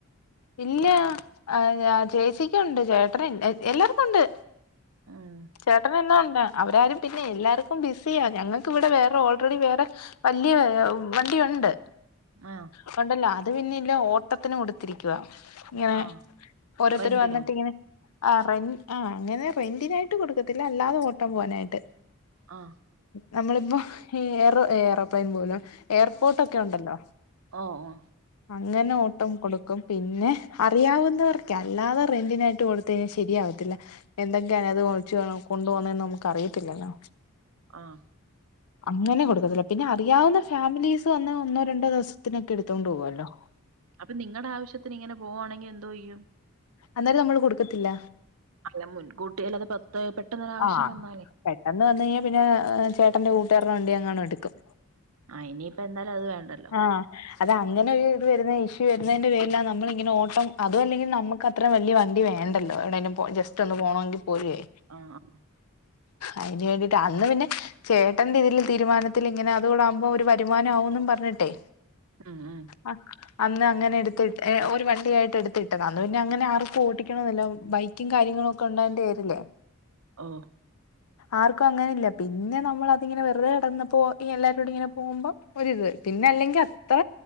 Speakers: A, on the left; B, on the right.
A: ഇല്ല അഹ് അ ചേച്ചിക്കുണ്ട് ചേട്ടന് ഇ എല്ലാവർക്കുണ്ട്.
B: ആഹ്.
A: ചേട്ടനെന്നാ ഉണ്ട് അവരാരും പിന്നെ എല്ലാവർക്കും ബിസിയാ ഞങ്ങക്ക് ഇവടെ വേറെ ഓൾറെഡി വേറെ. വല്ല്യ എ ഉ വണ്ടിയുണ്ട്.
B: ആഹ്.
A: കൊണ്ടല്ലാ അത് പിന്നെ ഇല്ല ഓട്ടത്തിന് കൊടു തിരിക്കുവ ഇങ്ങനെ
B: ആഹ്
A: ഓരോത്തര്
B: റെന്റിനോ
A: വന്നിട്ട് ഇങ്ങനെ. ആ റെൻ ആ അങ്ങനെ റെന്റിനായിട്ട് കൊടുക്കത്തില്ല അല്ലാതെ ഓട്ടം പോവാനായിട്ട്.
B: ആഹ്.
A: നമ്മളിപ്പോ ഏറ് ഏറോപ്ലെയിൻ പോലും. എയർപോട്ടൊക്കെ ഉണ്ടല്ലോ.
B: ഓ ഓ
A: അങ്ങനെ ഓട്ടം കൊടുക്കും പിന്നെ അറിയാവുന്നവർക്ക് അല്ലാതെ റെന്റിനായിട്ട് കൊടു ത്തയ്ഞ്ഞ ശരിയാവത്തില്ല എന്തൊക്കെയാണ് അത് ഒൽച്ച് പോണ കൊണ്ട പോന്നന്ന് നമുക്ക് അറിയത്തില്ലല്ലോ.
B: ആഹ്.
A: അങ്ങനെ കൊടുക്കതൊള്ളൂ പിന്നെ അറിയാവുന്ന ഫാമിലീസ് വന്ന ഒന്നോ രണ്ടോ ദിവസം. ത്തിനൊക്കെ എടുതോണ്ട് പോവ്വല്ലോ.
B: അപ്പ നിങ്ങടാവശ്യത്തിന് ഇങ്ങനെ പോവ്വാണെങ്കി എന്തോ ചെയ്യും.
A: അന്നേരം നമ്മള് കൊടുക്കത്തില്ല
B: അല്ല മുൻകൂട്ടി അല്ലത് പെത്തെ പെട്ടെന്നൊരാവശ്യം
A: ആഹ്
B: വന്നാലെ.
A: പെട്ടെന്ന് വന്ന് കയ്ഞ്ഞാ പിന്നെ ചേട്ടന്റെ കൂട്ടുകാരടെ വണ്ടി അങ്ങണും എടുക്കും.
B: ആ ഇനിയിപ്പൊ എന്താല് അത് വേണ്ടൽ
A: ആഹ് അത് അങ്ങനെ ഒരു ഇത് വരുന്ന ഇഷ്യൂ വരുന്നതിന്റെ പേരില നമ്മളിങ്ങനെ ഓട്ടം അതു അല്ലെങ്കിൽ നമ്മക്ക ത്ര വല്ല്യ വണ്ടി വേണ്ടല്ലോ എവിടെലും പോ ജസ്റ്റ് ഒന്ന് പോണോങ്കി പോലുയെ.
B: ആഹ്.
A: അയ്ന് വേണ്ടിട്ട് അന്ന് പിന്നെ ചേട്ടന്റെ ഇതിൽ തീരുമാന ത്തില്ങ്ങനെ അതുകൂടെ ആവുമ്പോ ഒരു വരുമാനംമാവുംന്ന്പറഞ്ഞിട്ടേ.
B: ഉം ഉം.
A: അ. അന്ന് അങ്ങനെ എടുത്തിട്ട് ഏ ഒരു വണ്ടിയായിട്ട് എടുത്തിട്ടതാ അന്ന് പിന്നെ അങ്ങനെ ആർക്കും ഓട്ടിക്കണന്നില്ലാ ബൈ ക്കിം കാര്യങ്ങളും ഒക്കെ ഉണ്ടായിണ്ടേരിലേ.
B: ഓഹ്.
A: ആർക്കു അങ്ങനല്ല പിന്നെ നമ്മളതിങ്ങനെ വെറ്തെ കെടന്നപ്പോ ഈ എല്ലാരോടിങ്ങനെ പോകുമ്പ. ഒരിത് പിന്നെ അല്ലെങ്കി അത്ര